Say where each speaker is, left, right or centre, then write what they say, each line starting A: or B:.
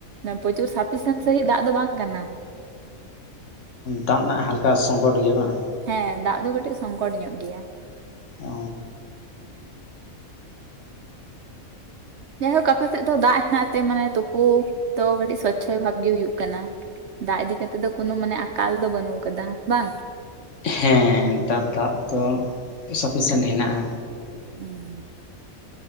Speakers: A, on the right; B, on the left.
A: ᱯᱨᱚᱪᱩᱨ ᱥᱟᱯᱷᱤᱥᱮᱱ ᱥᱟᱺᱦᱤᱡ ᱫᱟᱜ ᱫᱚ ᱵᱟᱝ ᱠᱟᱱᱟ
B: ᱫᱟᱜ ᱨᱮᱱᱟᱜ ᱦᱟᱞᱠᱟ ᱥᱚᱝᱠᱚᱴ ᱜᱮᱭᱟ ᱵᱟᱝ
A: ᱦᱮᱸ ᱫᱟᱜ ᱫᱚ ᱠᱟᱹᱴᱤᱡ ᱥᱚᱝᱠᱚᱴ ᱧᱚᱜ ᱜᱮᱭᱟ
B: ᱚ
A: ᱡᱟᱭᱦᱳᱠ ᱟᱯᱮ ᱥᱮᱫ ᱫᱚ ᱫᱟᱜ ᱦᱮᱱᱟᱜ ᱛᱮ ᱢᱟᱱᱮ ᱛᱳᱯᱳ ᱫᱚ ᱠᱟᱹᱴᱤᱡ ᱥᱚᱪᱪᱷᱚᱞ ᱵᱷᱟᱵ ᱜᱮ ᱦᱳᱭᱳᱜ ᱠᱟᱱᱟ ᱫᱟᱜ ᱤᱫᱤ ᱠᱟᱛᱮᱜ ᱫᱚ ᱠᱳᱱᱳ ᱢᱟᱱᱮ ᱟᱠᱟᱞ ᱫᱚ ᱵᱟᱹᱱᱩᱜ ᱠᱟᱫᱟ ᱵᱟᱝ
B: ᱦᱮᱸ ᱱᱮᱛᱟᱨ ᱫᱟᱜ ᱫᱚ ᱥᱟᱯᱷᱤᱥᱮᱱᱴ ᱦᱮᱱᱟᱜᱼᱟ
A: ᱦᱮᱸ <inaudible>